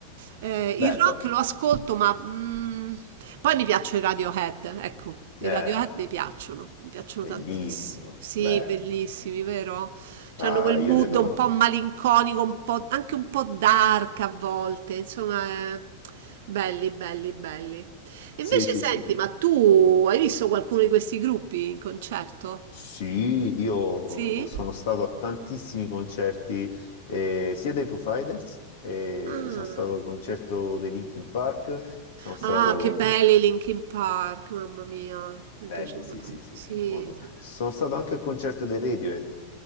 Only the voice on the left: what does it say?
Bello,
Eh,
bellissimo,
beh,
ah,
io
li adoro.
Sì,
sì,
sì.
Sì, io
sono stato a tantissimi concerti, eh, sia dei Foo Fighters, eh,
sono stato al concerto dei Linkin Park, sono stato...
Belli,
sì,
sì, sì,
sì, molto. Sono stato anche al concerto dei Radiohead.